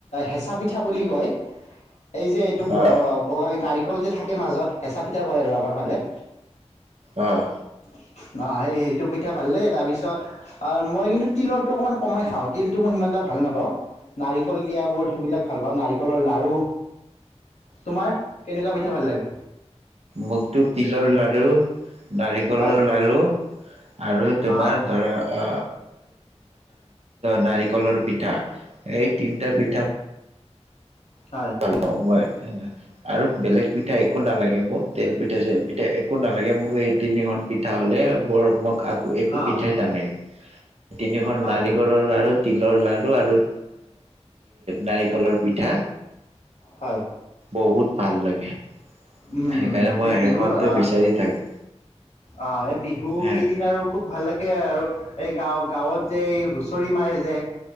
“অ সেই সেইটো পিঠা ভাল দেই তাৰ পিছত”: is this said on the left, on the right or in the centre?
Left